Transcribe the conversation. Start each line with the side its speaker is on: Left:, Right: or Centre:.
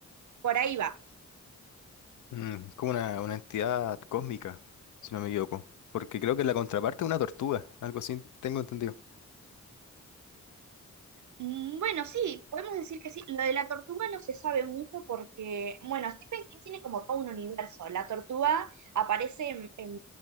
Right: por ahí va.
Left: Mm, es como una, una entidad cósmica, si no me equivoco, porque creo que la contraparte es una tortuga, algo así tengo entendido.
Right: Mm, Bueno, sí, podemos decir que sí. Lo de la tortuga no se sabe mucho porque, bueno, Stephen King tiene como todo un universo. La tortuga aparece en, en,